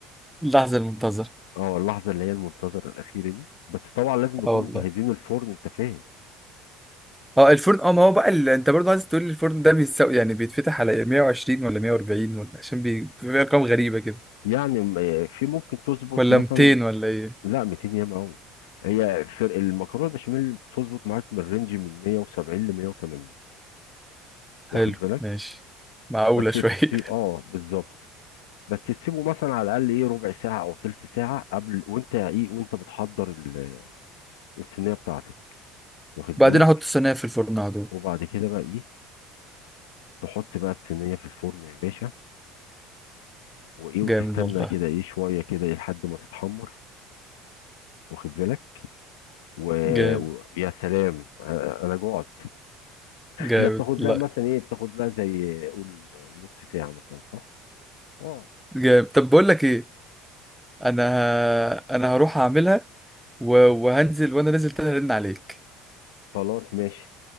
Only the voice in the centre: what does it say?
اللحظه المنتظره
اه والله
اه الفرن اه ما هو بقى ال... انت برضه عايز تقول لي الفرن ده بيتساوي يعني بيتفتح على 120 ولا 140 ولا إيه؟ عشان بي- بيبقى ارقام غريبة كده
ولا
200 ولا ايه
حلو
ماشي معقولة
شوية
<laughs>
بعدين
احط الصينية في الفرن على طول
جامد
والله
جامد
جامد
والله
جامد طب بقول لك ايه انا ه... انا هروح اعملها و... وهنزل وانا نازل تاني ارن عليك